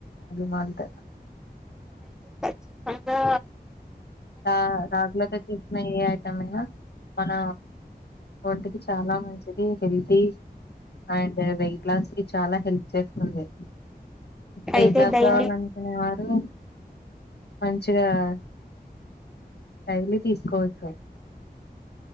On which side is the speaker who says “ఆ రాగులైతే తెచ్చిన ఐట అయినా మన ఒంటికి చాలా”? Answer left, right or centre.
Left